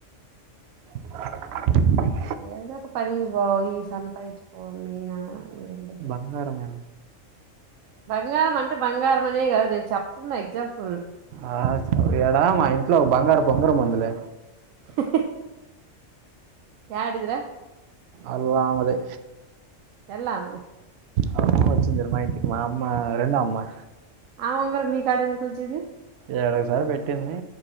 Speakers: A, on the right; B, on the right.
A: <unintelligible>
B: ఏదో ఒక పనికి పోయి సంపాదించుకోనీ మీనా ఏంట
A: బంగారమా?
B: బంగారం అంటే బంగారం అనే కాదు నేను చెప్తున్న ఎగ్జాంపుల్
A: ఆ శౌర్య ఇడా మా ఇంట్లో ఒక బంగారపు ఉంగరం ఉందిలే
B: ఇహ్హిహ్హి యాడిదిరా
A: అగో ఆమెదే
B: ఎల్లా ఉంది
A: అవును వచ్చిందిరా మా ఇంటికి మా అమ్మా రెండో అమ్మా
B: ఆమ్ ఉంగరం నీ కాడికి ఎందుకు వచ్చింది
A: ఏడో ఒకసారి పెట్టింది